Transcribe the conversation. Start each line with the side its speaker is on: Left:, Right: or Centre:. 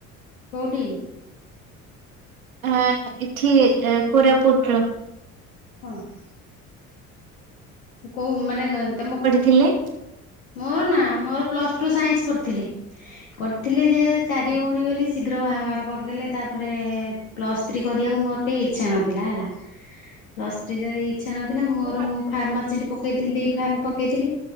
Left: କୋଉଠି?
Right: ଆ ଏଠି ଏ କୋରାପୁଟର।
Left: ହଁ। କୋଉ ମାନେ ତମ
Right: ଥିଲେ।
Left: ମୋରନା ମୋର ପ୍ଲସ୍ ଟୁ ସାଇନ୍ସ କରିଥିଲି। କରିଥିଲିଯେ ଚାରି ଭଉଣୀ ବୋଲି ଶୀଘ୍ର ବାହାଘର କରିଦେଲେ ତାପରେ ପ୍ଲସ୍ ଥ୍ରୀ କରିବାକୁ ମୋର ଟିକେ ଇଚ୍ଛା ନଥିଲା ହେଲା। ପ୍ଲସ୍ ଥ୍ରୀ ଯଦି ଇଛା ନଥିଲା ମୋରମୁ
Right: ହଁ
Left: ଫାର୍ମାସିଷ୍ଟ ପ ପକେଇଥିଲି ଡି ଫାର୍ମ ପକେଇଥିଲି।